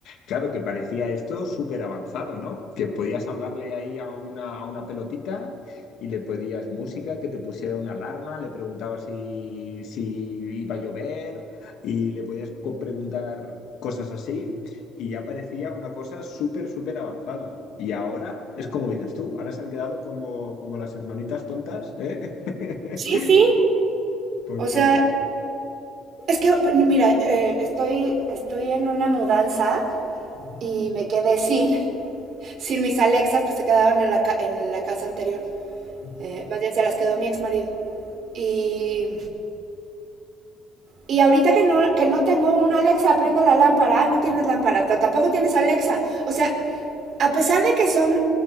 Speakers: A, on the left; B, on the right.
A: claro que parecía esto súper avanzado, ¿no? Que podías hablarle ahí a una, a una pelotita y le pedías música, que te pusiera una alarma, le preguntabas si, si iba a llover y le podías co- preguntar cosas así y ya parecía una cosa súper, súper avanzada. Y ahora es como dices tú, ahora se han quedado como, como las hermanitas tontas, ¿eh?
B: Sí, sí,
A: <laughs> Porque...
B: O sea, es que, mira, eh, estoy, estoy en una mudanza
A: Ujú,
B: y me quedé sin, <laughs> sin mis Alexas, pues se quedaron en la, ca- en la casa anterior.
A: ujú,
B: Eh, más bien se las quedó mi ex marido. Y, y ahorita que no, que no tengo una Alexa, prende la lámpara, ah, no tienes lámpara, pero tampoco tienes Alexa. O sea, a pesar de que son